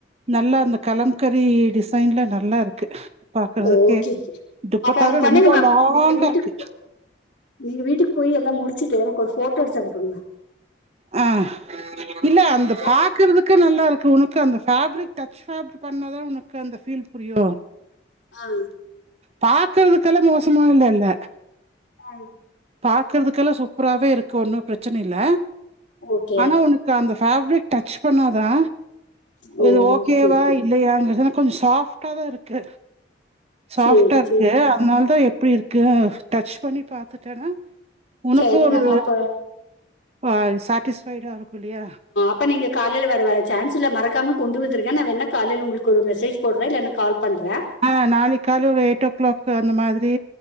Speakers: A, on the right; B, on the left.
A: நல்லா அந்த கலம்கரி டிஸ் சைன்ல நல்லா இருக்கு பாக்குறதுக்கே.
B: ஓகே
A: துப்பட்டாவே
B: அப்ப ஒன்ன பண்ணுங்க
A: ரொம்ப
B: மேம்
A: லாங்கா
B: நீங்க வீட்டுக்கு
A: இருக்கு.
B: நீங்க வீட்டுக்கு போய் எல்லா முடிச்சுட்டு எனக்கு ஒரு போட்டோ எடுத்து அனுப்புங்க மே
A: ஆ இல்ல அந்த
B: மேம்
A: பாக்குறதுக் க்கு நல்லா இருக்கு உனக்கு அந்த ஃபாப்ரிக் டச் ஃபாப் பண்ணாதா உனக்கு அந்த ஃபீல் புரியு
B: அது
A: பாக்குறதுக்கெல்லா மோசமா இல்லல்ல
B: ஆ யோ
A: பாக்குறதுக்கெல்லா சூப்பராவே இருக்கு ஒன்னு பிரச்சன இல்ல
B: ஓகே
A: ஆனா உனக் க்கு அந்த ஃபாப்ரிக் டச் பண்ணாதா
B: ஓ
A: இது ஓகேவா
B: ஓகே ஓகே
A: இல்லையா அங்க இதுனா கொஞ் சாஃப்ட்டா தா இருக்கு சாஃப்ட்டா
B: சேரி
A: இருக்கு
B: சேரிங்க
A: அதனால தா எ ப்பிடி இருக்கு டச் பண்ணி பாத்துட்டேனா ஒனக்கு
B: சரி
A: ஒரு
B: மேம் அப்ப
A: பா சாட்டிஸ்பைடா இருக்கு இல்லையா
B: அப்பா நீங்க காலையில வரவ சான்ஸ் இல்ல மறக்காம கொண்டு வந்துருங்க நா வேனா காலையில உங்களுக்கு ஒரு மெசேஜ் போடுறே இல்லன்ன கால் பண்றே
A: ஆ நாளைக் காலைல ஒரு எயிட் ஓ கிளாக் அந்த மாதிரி